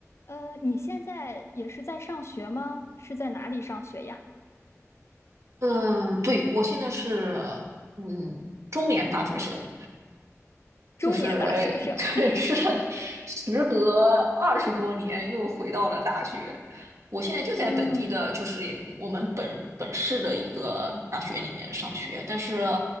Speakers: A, on the left; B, on the right.
A: 呃，你现在也是在上学吗？是在哪里上学呀？
B: 嗯，对，我现在是嗯中年大学生，
A: 中年大学生。
B: 就是呃 <laughs>
A: <laughs>
B: 是时隔二十多年又回到了大学。我现在就在本地的，
A: 嗯
B: 就是我们本本市的一个大学里面上学，但是